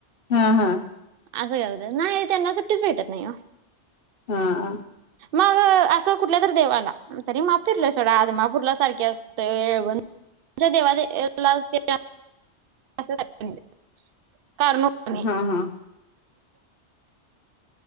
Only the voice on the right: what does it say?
असं करत्यात न्हाय त्यांना सुट्टीच भेटत नाई ओ
मग अस तो कुठल्या तर देवाला तरी माप फिरलोय सोडा आदमापूर ला सारखी असतोय येळवण <inaudible> असं <inaudible> कारणो <inaudible> णे